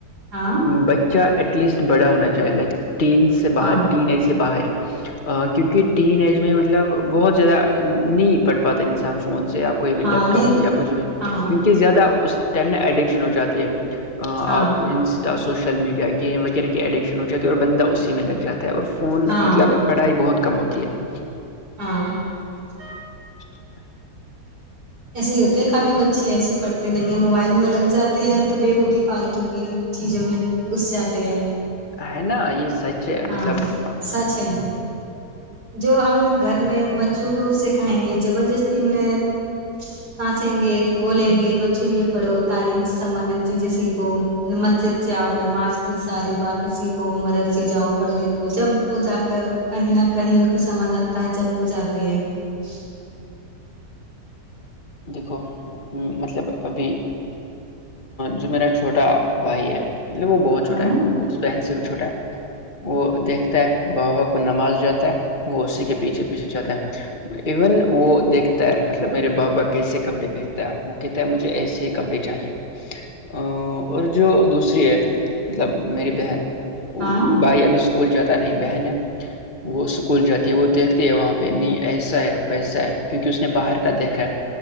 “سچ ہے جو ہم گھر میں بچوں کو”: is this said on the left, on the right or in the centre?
Right